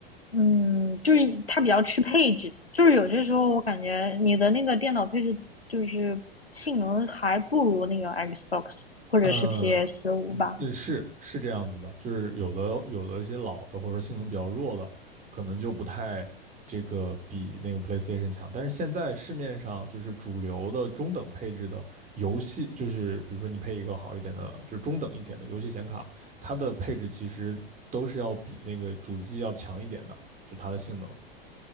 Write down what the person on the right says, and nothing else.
嗯，
那是是这样子的，就是有的有的一些老的或者说性能比较弱的，可能就不太这个比那个 PlayStation 强。但是现在市面上就是主流的中等配置的游戏，就是比如说你配一个好一点的，就是中等一点的游戏显卡，它的配置其实都是要比那个主机要强一点的，就它的性能